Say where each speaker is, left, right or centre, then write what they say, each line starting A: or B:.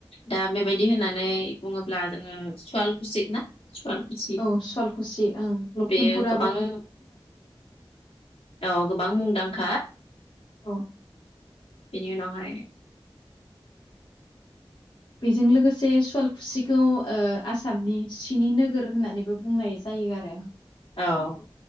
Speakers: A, on the left; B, on the left.
A: दा बेबायदि होननानै बुङोब्ला जोङो सुवाल खुसि ना सुवालकुसि
B: औ सुवालकुसि ओं लखिमपुर
A: बेयो गोबां <inaudible> औ गोबां मुंदांखा गो
B: औ
A: बिनि उनावहाय
B: बेजों लोगोसे सुवालखुसिखौ ओ आसामनि सिनि नोगोर होननानैबो बुंनाय जायो आरो
A: औ